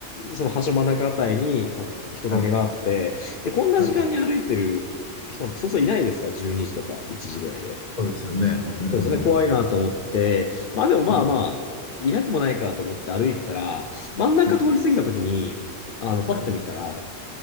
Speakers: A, on the left; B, on the left.
A: その橋真ん中あたりになんか人影があって、
B: はい。
A: で、こんな時間に歩いてる人、
B: はい。
A: そうそういないですから、12時とか1時ぐらいで。
B: そうですよね。うん。
A: そうですね、怖いなと思ってて、まあでもまあまあ、
B: はい
A: いなくもないかと思って歩いてたら、真ん中通り過ぎた時に、
B: うん
A: あの、パッと見たら、
B: はい。はい。